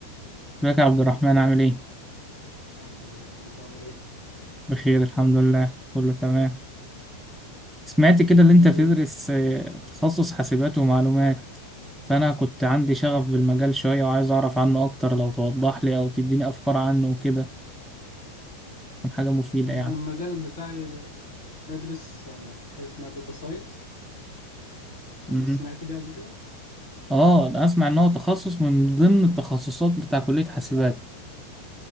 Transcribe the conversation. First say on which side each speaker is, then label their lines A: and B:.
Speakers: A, on the left; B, in the centre.
A: تمام
B: ازيك
A: ايه
B: يا
A: الاخبار
B: عبد الرحمن عامل ايه؟
A: الحمد لله تمام انت عامل ايه
B: بخير الحمد لله كله تمام سمعت كده اللي
A: ايه
B: انت تدرس آه، تخصص حاسبات ومعلومات فانا كنت عندي شغف بالمجال شوية وعايز اعرف عنه اكتر لو توضح لي او تديني افكار عنه وكده تكون حاجة مفيدة
A: انا
B: يعني
A: المجال بتاعي بدرس آه، حاجه اسمها داتا ساينس
B: مهم.
A: سمعت بيها قبل كده
B: اه انا اسمع ان هو تخصص من ضمن التخصصات بتاع كلية حاسبات